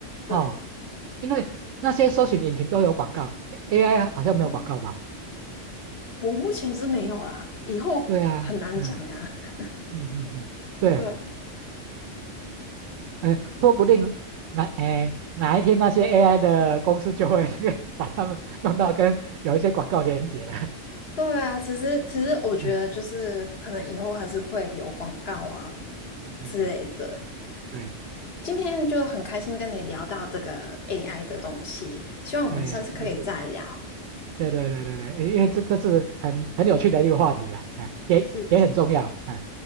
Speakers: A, on the left; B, on the right.
A: 对，
B: 哦，因为那些搜寻引擎都有广告，AI 好像没有广告吧？
A: 哦，我目前是没有啦，以后很难讲啊。
B: 对啊，嗯
A: <laughs>
B: 嗯嗯嗯，对，
A: 对。
B: 哎，说不定哪哎哪一天那些 AI 的公司就会 <laughs> 把它们弄到跟有一些广告连接了。
A: 对啊，其实其实我觉得就是可能以后还是会有广告啊
B: 嗯嗯嗯嗯，
A: 之类的。
B: 对
A: 今天就很开心跟你聊到这个 AI 的东西，希望我们下次可以再聊。
B: 对，是是，对对对对对，因为这这是很很有趣的一个话题啊，哎，也也很重要，
A: 是
B: 哎。